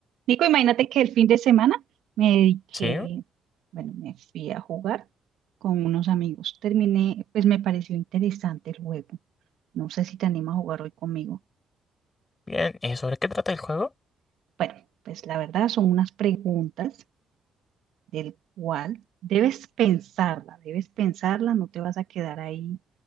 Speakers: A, on the right; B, on the left.
A: Nico, imagínate que el fin de semana me dediqué,
B: Sí,
A: bueno, me fui a jugar con unos amigos. Terminé, pues me pareció interesante el juego. No sé si te animas a jugar hoy conmigo.
B: bien. ¿Y sobre qué trata el juego?
A: Bueno, pues la verdad son unas preguntas del cual debes pensarla, debes pensarla, no te vas a quedar ahí